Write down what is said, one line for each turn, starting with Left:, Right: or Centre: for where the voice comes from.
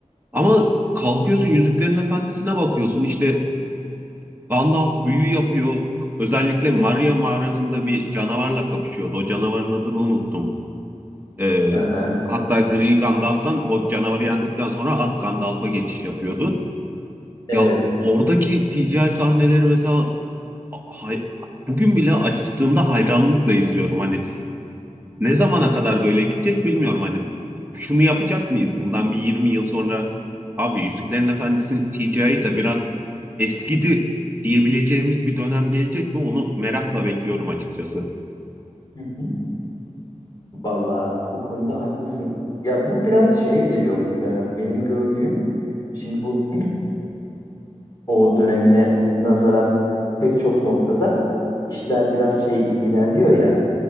Right: Ama kalkıyorsun Yüzüklerin Efendisi'ne bakıyorsun. İşte Gandalf büyü yapıyor. Özellikle Maria mağarasında bir canavarla kapışıyordu. O canavarın adını unuttum. Ee,
Left: Hı
Right: hatta Gri Gandalf'tan o canavarı yendikten sonra Ak Gandalf'a geçiş yapıyordu.
Left: Evet.
Right: Ya oradaki CGI sahneleri mesela hay- bugün bile açtığımda hayranlıkla izliyorum. Hani ne zamana kadar böyle gidecek bilmiyorum. Hani şunu yapacak mıyız bundan bir 20 yıl sonra abi Yüzüklerin Efendisi'nin CGI'yi da biraz eskidi diyebileceğimiz bir dönem gelecek ve onu merakla bekliyorum açıkçası.
Left: Hı hı. Vallahi o konuda haklısın. Ya bu biraz da şeye geliyor muhtemelen. Benim gördüğüm şimdi bu o dönemine nazaran pek çok noktada işler biraz şey ilerliyor ya